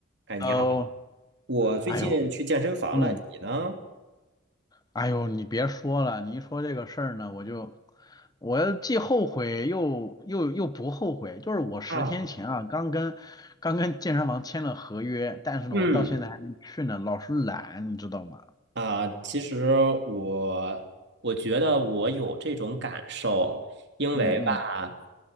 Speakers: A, on the right; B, on the left.
A: 哎，你好，
B: 哦，
A: 我最近去健身房了，
B: 哎呦，嗯，
A: 你呢？
B: 哎呦，你别说了，你一说这个事儿呢，我就，我又既后悔又又又不后悔。就是我十天前啊，
A: 啊，
B: 刚跟刚跟健身房签了合约，但是呢，
A: 嗯，
B: 我到现在还没去呢，老是懒，你知道吗？
A: 啊，其实我我觉得我有这种感受，因为吧，
B: 嗯嗯，